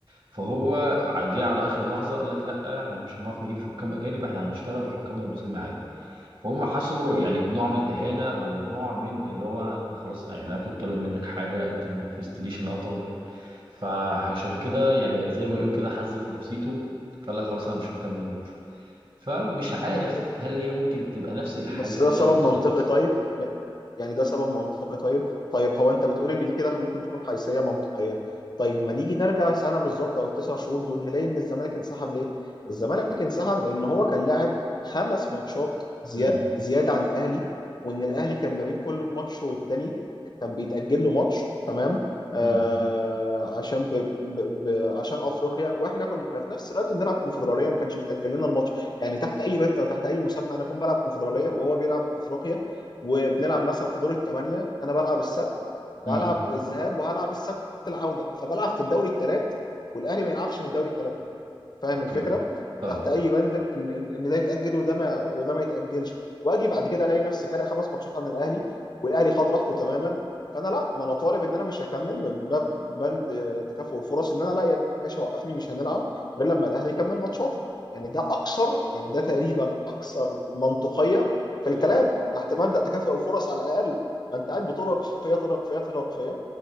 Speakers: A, on the right (about 60°); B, on the left (about 50°).
A: فهو جه على اخر لحظه قال لك لا احنا مش هنعرف نجيب حكام اجانب احنا هنشتغل بحكامنا المصريين عادي فهم حسوا
B: مم.
A: يعني بنوع من الاهانه او نوع من اللي هو خلاص يعني انا كنت طالب منك حاجه انت ما نفذتليش اللي انا طالبه فعشان كده يعني زي ما يقول كده حز في نفسيته فقال لك خلاص انا مش مكمل الماتش فمش عارف هل هي ممكن تبقى نفس الحيثيات
B: بس ده سبب
A: بالظبط
B: منطقي طيب يعني ده سبب منطقي طيب طيب هو انت بتقول ان دي كده ممكن تكون حيثية منطقية طيب ما نيجي نرجع سنة بالظبط او التسع شهور دول نلاقي ان الزمالك انسحب ليه الزمالك انسحب لان هو كان لاعب خمس ماتشات زيا-
A: امم
B: زيادة عن الاهلي وان الاهلي كان ما بين كل ماتش والتاني كان بيتأجل له ماتش تمام آه
A: امم
B: عشان ب... ب... ب... عشان افريقيا واحنا كنا في نفس الوقت بنلعب كونفدرالية وما كانش بيتأجل لنا الماتش يعني تحت اي بند او تحت اي مسمى انا اكون بلعب كونفدراليه وهو بيلعب افريقيا وبنلعب مثلا في دور الثمانيه انا بلعب السبت وهلعب
A: امم
B: الذهاب وهلعب السبت العوده فبلعب في الدوري الثلاث والاهلي ما يلعبش في الدوري الثلاث فاهم
A: اوكي
B: الفكره
A: فاهم
B: تحت اي بند ان ان ان ده يتاجل وده ما وده ما يتاجلش واجي بعد كده الاقي نفسي فارق خمس ماتشات عن الاهلي والاهلي خد راحته تماما فانا لا ما انا طالب ان انا مش هكمل من باب بند تكافؤ الفرص ان انا لا يا باشا وقفني مش هنلعب غير لما الاهلي يكمل ماتشاته يعني ده اكثر يعني ده تقريبا اكثر منطقيه في
A: مم.
B: الكلام تحت مبدا تكافؤ الفرص على الاقل ما انت قاعد بترهق فيا ترهق فيا ترهق فيا